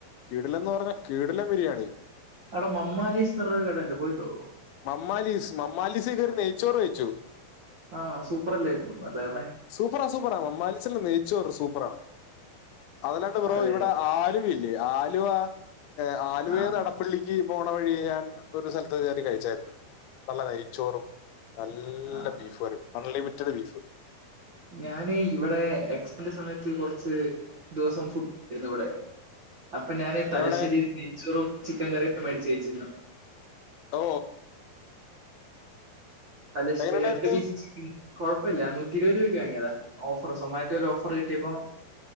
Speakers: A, on the left; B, on the right.
A: കീടിലന്ന് പറഞ്ഞ കീടിലൻ ബിരിയാണി
B: അവിട മമ്മാലീസ്ന്ന് പറഞ്ഞരു കടണ്ട് പോയിണ്ടോ?
A: മമ്മാലീസ്, മമ്മാലീസ് കയറി നെയ്ച്ചോറ് കഴിച്ചു.
B: ആ സൂപ്പറല്ലായിരുന്നു അല്ലേ പറഞ്ഞേ
A: സൂപ്പറാ സൂപ്പറാ മമ്മലിസിലെ നെയ്ച്ചോറ് സൂപ്പറാണ്.
B: <inaudible>
A: അതല്ലാണ്ട് ബ്രോ
B: അതെ
A: ഇവിടെ ആലുവയില്ലേ, ആലുവ ആലുവെന്ന്
B: ആ
A: എടപ്പള്ളി ക്ക് ഈ പോണ വഴി ഞാൻ ഒരു സ്ഥലത്ത് കയറി കഴിച്ചായിരുന്നു. നല്ല നെയ്ച്ചോറും, നല്ല
B: ആ
A: ബീഫ് കറി. Unlimited beef.
B: ഞാന് ഇവിടെ എക്സാമിന്റെ സമയത്ത് കുറച്ച്, ദിവസം ഫുഡ് <unintelligible> ന്നു ഇവിടെ. അപ്പൊ ഞാന് തലശ്ശേയിൽ
A: എവിടെ
B: നെയ്ച്ചോറും ചിക്കൻ കറിയും മേടിച്ച് കഴിച്ചിരുന്നു.
A: ഓ
B: അല്ല
A: എങ്ങനെ ഉണ്ടായിരുന്നു
B: രണ്ട് പീസ് <unintelligible> കൊഴപ്പില്ല. നൂറ്റി ഇരുപത് രൂപയ്ക്ക് വാങ്ങിയതാ. ഓഫറ് സൊമാറ്റോൽ ഓഫർ കിട്ടിയപ്പോ.